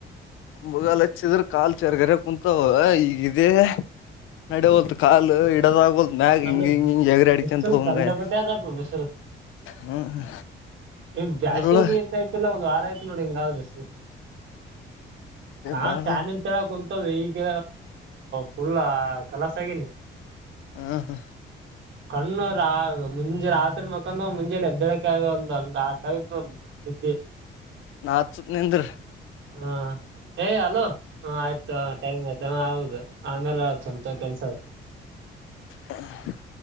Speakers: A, on the left (about 85°); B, on the right (about 70°).
A: ಅಂಬಗಾಲ್ ಹಚ್ಚಿದ್ರೆ ಕಾಲ್ ಚರ್ಗರೆ ಕುೂಂತಾವ ಈಗೇ ನಡವತ್ ಕಾಲು ಇಡದಾಗ ಹೊಲ್ ಮ್ಯಾಗ
B: ಅಲ್ಲ
A: ಹಿಂಗ ಹಿಂಗ ಹಿಂಗಗೆ ಎಗ್ರ ಅಡಿಕೆ
B: ಬಿಸಲ್
A: ಅಂತ ಹೋಗಂಗಯತೆ.
B: ಕಂಡಾಪಟ್ಟೆ ಅದಪ್ಪ ಬಿಸಲ್
A: ಹ್ಮ್ ಹ್ಮ
B: ಈಗ ಜಾಸ್ತಿಯಾಗಿ
A: ಅದ್ರೊಳ
B: ಇತ್ತಾಯ್ತಿಲ್ಲ ಒಂದ್ ವಾರ ಆಯ್ತ ನೋಡ್ ಹಿಂಗಾಗಸಿ. ಹಾ
A: ಬಾಳ
B: ತಾನಿಂತಾವೆ ಕುಂತವೇ ಈಗ ಫುಲ್ಲ ಕಲಾಸ್ ಆಗೀನಿ
A: ಆ ಹ
B: ಕಣ್ಣು ರಾಗ ಮುಂಜೆ ರಾತ್ರಿ ಮಕ್ಕಂದಾವ್ ಮುಂಜೆಲ್ ಏದ್ದೇಳಕೆ ಆಗಲ್ ಅಂಗಾ <unintelligible> ನಿದ್ದೆ
A: ನಾ ಹಚ್ಚತ್ ನಿಂದ್ರ
B: ಹಾ ಏಯ ಹಲೋ ಹ ಆಯ್ತು ಟೈಮ್ ಆಯ್ ದ ಹೌದು ಆಮೇಲೆ ಸ್ವಂತ ಕೆಲ್ಸ.
A: ಅಹ್